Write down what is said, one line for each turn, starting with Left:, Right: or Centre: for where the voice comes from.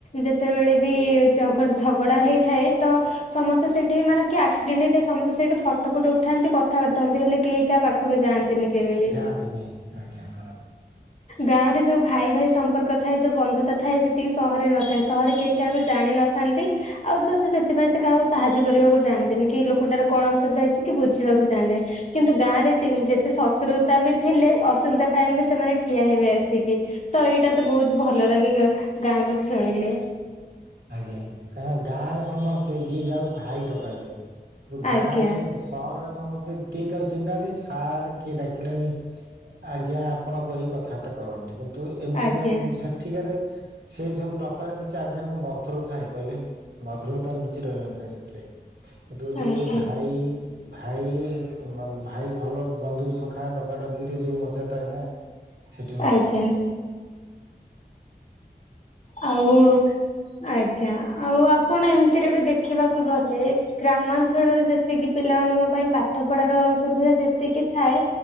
Left: ଯେତେବେଳେ ବି ଜଗଡ଼ ଝଗଡ଼ା ହୋଇଥାଏ ତ ସମସ୍ତେ ସେଇଠି ମାନେ କିଏ ଆକ୍ସିଡେଣ୍ଟ ହେଇଥାଏ, ସମସ୍ତେ ସେଇଠି ଫଟୋ ଫଟ ଉଠାନ୍ତି କଥାବାର୍ତ୍ତା ହୁଅନ୍ତି ହେଲେ କେହି କା ପାଖକୁ ଯାଆନ୍ତିନି। କେବେ ବି
Right: ଯାଆନ୍ତିନି ଆଜ୍ଞା ହଁ।
Left: ଗାଁ ରେ ଯୋଉ ଭାଇ ଭାଇ ସମ୍ପର୍କ ଥାଏ ଯଉ ବନ୍ଧୁତା ଥାଏ ସେତିକି ସହରରେ ନଥାଏ ସହରରେ କେହି କାହାକୁ ଜାଣିନଥାନ୍ତି। ଆଉ ତ ସେଥିପାଇଁ ସେ କାହାକୁ ସାହାଯ୍ୟ କରିବାକୁ ଜାଆନ୍ତିନି କି ଲୋକଟାର କଣ ଅସୁବିଧା ହେଇଛି କି ବୁଝିବାକୁ ଯାଆନ୍ତେ। କିନ୍ତୁ ଗାଁ ରେ ଚିନ୍ ଯେତେ ଶତ୍ରୁତା ବି ଥିଲେ ଅସୁବିଧା ଟାଇମ୍ ରେ ସେମାନେ ଠିଆ ହେବେ ଆସିକି। ତ ଏଇଟା ତ ବହୁତ ଭଲ ଲାଗେ ଗ ଗାଁ କଥା ଜାଣିଲେ।
Right: ଆଜ୍ଞା କା ଗାଁରେ ସମସ୍ତେ ଯିଏ ଯାହା ଭାଇ ଡକାଯାଏ ରୁ ଗାଁ
Left: ଆଜ୍ଞା।
Right: ରେ। ସହରରେ ସମସ୍ତେ କିଏ କା ଚିହ୍ନାନ୍ତିି ସାରେ କିଏ ଡାକିଲାଣିି। ଆଜ୍ଞା ଆପଣ କରି କଥାବାର୍ତ୍ତା କର ଦେଖନ୍ତୁ ଏମିତିକା
Left: ଆଜ୍ଞା
Right: ସେଠିକାରେ ସେଇ ସବୁ ଡକାର କିଛି ଆଜ୍ଞା ମ <unintelligible> ଥାଏ କହିଲେ ମଧୁରତା ଲୁଚି ରହିଥାଏ ସେଥିରେ କିନ୍ତୁ ଯୋଉଥିରେ
Left: ଆଜ୍ଞା
Right: ଭାଇ ଭାଇ ଭାଇ ଭଲ ବନ୍ଧୁ ସଖା ଡକାଡକିରେ ଯୋଉ ମଜା ଥାଏ ନା। ସେଠି ନ
Left: ଆଜ୍ଞା
Right: ଥାଏ।
Left: ଆଉ। ଆଜ୍ଞା ଆଉ ଆପଣ ଏମିତିରେ ବି ଦେଖିବାକୁ ଗଲେ ଗ୍ରାମାଞ୍ଚଳରେ ଯେ ତିକିି ପିଲାମାନଙ୍କ ପାଇଁ ପାଠ ପଢାର ସୁବିଧା ଯେତିକି ଥାଏ